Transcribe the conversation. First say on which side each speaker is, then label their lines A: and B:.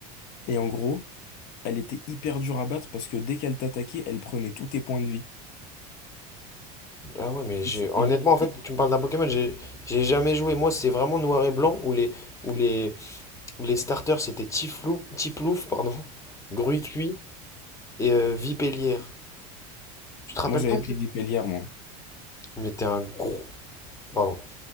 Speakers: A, on the left (about 55°); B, on the left (about 15°).
A: Et en gros, elle était hyper dure à battre parce que dès qu'elle t'attaquait, elle prenait tous tes points de vie.
B: Ah ouais, mais j'ai
A: Et,
B: honnêtement
A: et-
B: en fait,
A: et-
B: tu me parles d'un Pokémon, j'ai j'ai jamais joué. Moi, c'est vraiment noir et blanc où les où les où les starters c'était Tiflou, Tiplouf, pardon, Gruicui et euh, Vipélière. Tu te rappelles
A: moi, j'avais
B: pas?
A: pris Vipélière, moi.
B: Mais t'es un gros. Pardon.